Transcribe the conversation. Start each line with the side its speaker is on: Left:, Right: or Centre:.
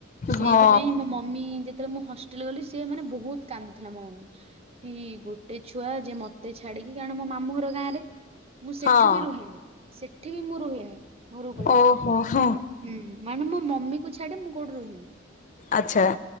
Right: ସେଇଥିପାଇଁ
Left: ହଁ
Right: ମୋ ମମି ଯେତେବେଳେ ମୁଁ ହଷ୍ଟେଲ ଗଲି ସିଏ ମାନେ ବହୁତ କାନ୍ଦୁଥିଲା ମୋ ମମି କି ଗୋଟେ ଛୁଆ ଯେ ମତେ ମତେ ଛାଡିକି କାରଣ ମୋ ମାମୁ ଘର ଗାଁରେ ମୁଁ
Left: ହଁ
Right: ସେଠି ବି ରୁହେନି ସେଠି ବି ମୁଁ ରୁହେନି ଘରୁ ପଳେଇ
Left: ଓହୋ
Right: ସେ
Left: ହୋ
Right: ହଁ। ମାନେ ମୋ ମମି କୁ ଛାଡି ମୁଁ କୋଉଠି ରୁହେନି।
Left: ଆଚ୍ଛା।